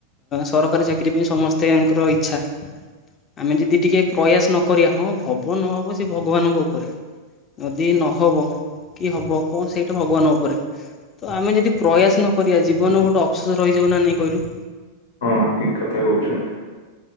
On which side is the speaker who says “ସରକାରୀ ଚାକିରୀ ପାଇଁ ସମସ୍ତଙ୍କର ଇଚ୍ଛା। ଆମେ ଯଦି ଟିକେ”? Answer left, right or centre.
Left